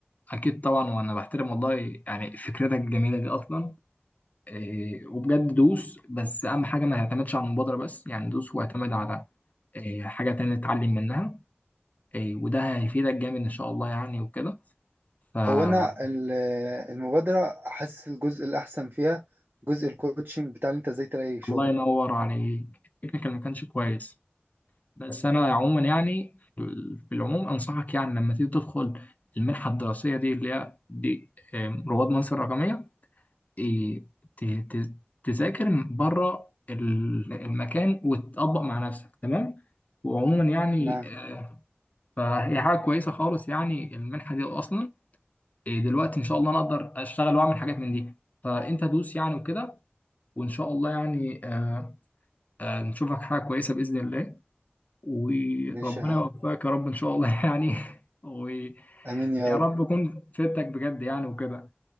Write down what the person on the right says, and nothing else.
هو انا ال- آه، المبادره حاسس الجزء الاحسن فيها جزء الكوتشنج بتاع اللي انت ازاي تلاقي شغل
تمام
ماشي يا عم
امين يا
رب